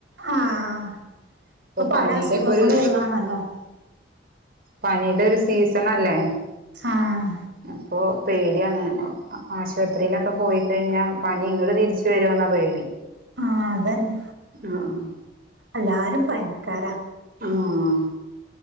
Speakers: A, on the right (about 65°); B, on the right (about 50°).
A: ആഹ് ഇപ്പൊ പല
B: പനിയുടെക്കെ
A: അസുഖങ്ങളും
B: ഒരു
A: ഉള്ളാണല്ലൊ
B: പനീടെ ഒരു സീസൺ അല്ലേ
A: ആഹ്
B: അപ്പൊ പേടിയാണ് ആശുപത്രിയിലൊക്കെ പോയിക്കഴിഞ്ഞാൽ പനി ഇങ്ങട്ട് തിരിച്ചു വാരോന്നാ പേടി
A: ആഹ് അതന്ന
B: ആഹ്
A: എല്ലാരും പനിക്കാരാ
B: ആഹ്